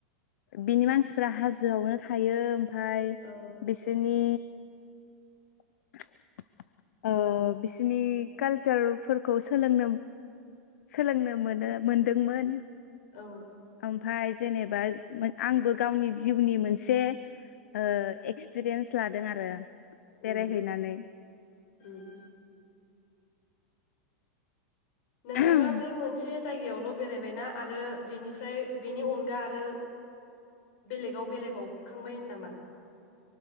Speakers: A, on the left; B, on the left.
A: बिनि मानसिफ्रा हाजोआवनो थायो फाय
B: औ
A: बिसोनि <inaudible> ओ बिसिनि कालसारफोरखौ सोलोंनो सोलोंनो मोनो मोनदोंमोन
B: औ
A: फाय जेनेबा मो आंबो गावनि जिउनि मोनसे ओ एक्सपिरियेन्स लादों आरो
B: उम
A: बेरायहैनानै
B: उम नोंथाङा
A: औ
B: बे मोनसे जायगायावल' बेरायबायना आरो बिनिफ्राय बिनि अनगा आरो बेलेगाव बेरायबावखांबाय नामा